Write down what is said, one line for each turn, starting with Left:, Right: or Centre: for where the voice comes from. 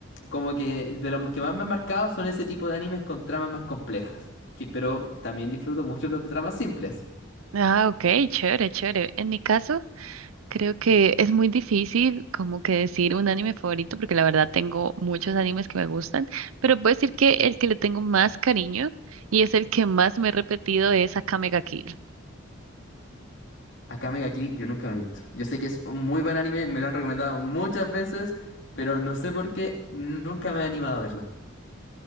Left: como que de los que más me han marcado son ese tipo de animes con tramas más complejas. Que, pero también disfruto mucho los de tramas simples.
Right: Ah, ok, chévere, chévere. En mi caso, creo que es muy difícil como que decir un anime favorito, porque la verdad tengo muchos animes que me gustan, pero puedo decir que el que le tengo más cariño y es el que más me he repetido es Akame ga Kill.
Left: Akame ga Kill yo nunca lo he visto. Yo sé que es un muy buen anime, me lo han recomendado muchas veces, pero no sé por qué nunca me he animado a verlo.